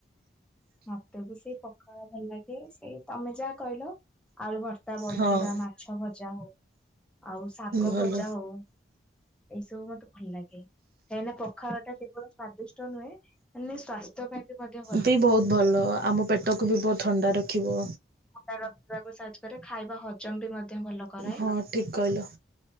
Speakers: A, in the centre; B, on the right (about 50°).
A: ମତେ ବି ସେଇ ପଖାଳ ଭଲ ଲାଗେ ସେଇ ତମେ ଯାହା କହିଲ ଆଳୁ ଭର୍ ତା ବଡ଼ିଚୂୁରା,
B: ହଁ
A: ମାଛ ଭଜା, ହଉ ଆଉ ଶାଗ
B: ଭଲ
A: ଭଜା ହଉ। ଏଇସବୁ ମତେ ଭଲ ଲାଗେ। କାହିଁକିନା ପଖାଳ ଟା କେବଳ ସ୍ଵାଦିଷ୍ଟ ନୁହେଁ, ସ୍ଵାସ୍ଥ୍ୟ ପାଇଁ ବି ମଧ୍ୟ ଭଲ।
B: ବି ବହୁତ ଭଲ ଆମ ପେଟକୁ ବି ବହୁତ ଥଣ୍ଡା ରଖିବ।
A: ଥଣ୍ଡା ରଖିବାକୁ ସାହାଯ୍ୟ କରେ, ଖାଇବା ହଜମ ବି ମଧ୍ୟ ଭଲ କରାଏ।
B: ହଁ ଠିକ କହିଲ।